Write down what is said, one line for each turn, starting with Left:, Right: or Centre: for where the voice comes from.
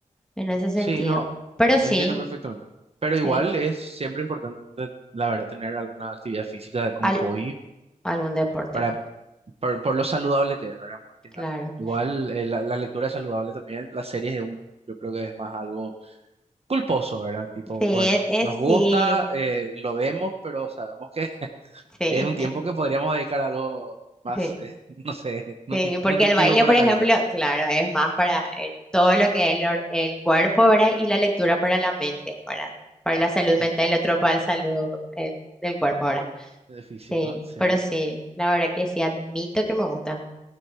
Centre: en ese sentido.
Right: sí, no,
Centre: Pero sí,
Right: entiendo perfectamente. Pero
Centre: sí.
Right: igual es siempre importante, la verdad, tener alguna actividad física como
Centre: Al-
Right: hobby
Centre: algún deporte,
Right: para, por, por lo saludable que es, ¿verdad? Más que
Centre: claro.
Right: nada. Igual eh, la, la lectura es saludable también, las series es un, yo creo que es más algo culposo, ¿verdad? Tipo,
Centre: Sí, es,
Right: bueno,
Centre: es-
Right: nos gusta,
Centre: sí,
Right: eh, lo vemos, pero sabemos que <laughs>
Centre: sí,
Right: es un tiempo que podríamos dedicar a algo más,
Centre: <laughs> sí,
Right: eh, <laughs> no sé, nutri-
Centre: sí, porque
Right: nutritivo
Centre: el baile,
Right: para
Centre: por ejemplo,
Right: la vida.
Centre: claro, es más para eh, todo lo que es el, or- el cuerpo, ¿verdad? Y la lectura para la mente, ¿verdad? Para la salud
Right: Sí,
Centre: mental, el otro para la salud el- del cuerpo, ¿verdad?
Right: de físico,
Centre: Sí,
Right: sí.
Centre: pero sí, la verdad que sí, admito que me gusta.